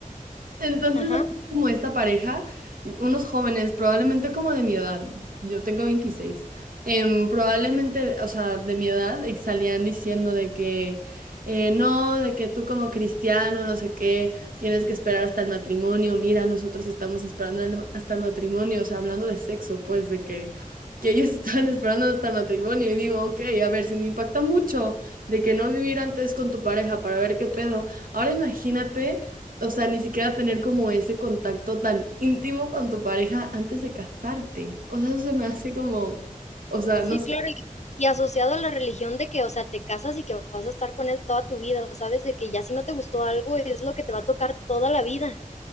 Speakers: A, on the right; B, on the left.
A: Entonces,
B: Ajá.
A: como esta pareja, unos jóvenes, probablemente como de mi edad, yo tengo 26 em, probablemente, o sea, de mi edad, y salían diciendo de que eh, no, de que tú como cristiano, no sé qué, tienes que esperar hasta el matrimonio, mira, nosotros estamos esperando el- hasta el matrimonio, o sea, hablando de sexo, pues, de que, que ellos <laughs> están esperando hasta el matrimonio, y digo, ok, a ver, si me impacta mucho de que no vivir antes con tu pareja para ver qué pedo, ahora imagínate o sea, ni siquiera tener como ese contacto tan íntimo con tu pareja antes de casarte. O sea, eso se me hace como, o sea,
B: Sí,
A: no sé,
B: claro, y y asociado a la religión de que, o sea, te casas y que vas a estar con él toda tu vida, ¿sabes? De que ya si no te gustó algo, es lo que te va a tocar toda la vida.